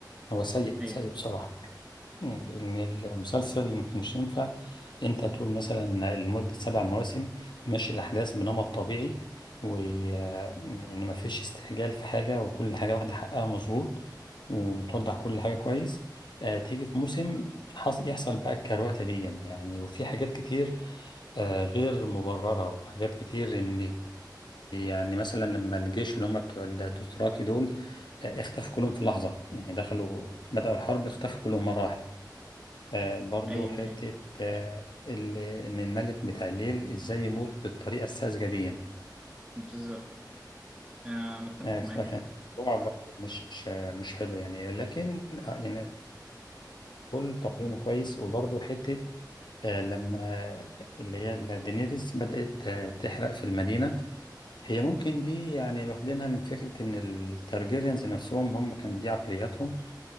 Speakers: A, on the left; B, on the right.
A: هو سيء
B: ايوه
A: سيء بصراحة إن المسلسل ما كانش ينفع انت تقول مثلا لمدة سبع مواسم ماشي الأحداث بنمط طبيعي و يعني ما فيش استعجال في حاجة وكل حاجة واخدة حقها مظبوط وتوضح كل حاجة كويس آه تيجي في موسم حص... يحصل بقى الكروتة دي يعني وفي حاجات كتير آه غير مبررة وحاجات كتير ان يعني مثلا لما الجيش اللي هم بتوع الدوثراكي دول آه اختفوا كلهم في لحظة يعني دخلوا بدأوا الحرب اختفوا كلهم مرة واحدة آه برضو
B: ايوه
A: حتة
B: ايوه
A: آه ال- إن الملك بتاع الليل إزاي يموت بالطريقة الساذجة دي يعني،
B: بالظبط آه متفق
A: آه فكان
B: معاك برضه
A: الموضوع برضو مش آه مش حلو يعني لكن آه يعني كل تقييم كويس وبرضو حتة آه لما آه، اللي هي دينيريس بدأت آه تحرق في المدينة هي ممكن دي يعني واخدينها من فكرة إن التارجيريانز نفسهم هم كان دي عقلياتهم